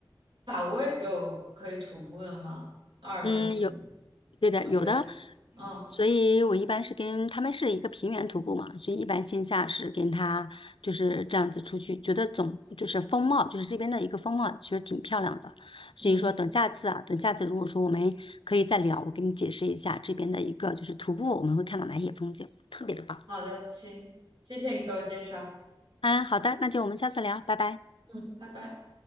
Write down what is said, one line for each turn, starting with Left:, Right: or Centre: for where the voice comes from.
Right: 法国有可以徒步的吗？阿尔卑斯吗？
Left: 嗯，有，对的，
Right: 啊，
Left: 有的，
Right: 不对，嗯
Left: 所以我一般是跟他们是一个平原徒步嘛，所以一般线下是跟他就是这样子出去，觉得总就是风貌，就是这边的一个风貌，其实挺漂亮的。所以说，
Right: 嗯，
Left: 等下次啊，等下次如果说我们可以再聊，我给你解释一下这边的一个就是徒步我们会看到哪些风景，特别的棒。
Right: 好的，行，谢谢你给我介绍，
Left: 嗯，好的，那就我们下次聊，拜拜。
Right: 嗯，拜拜。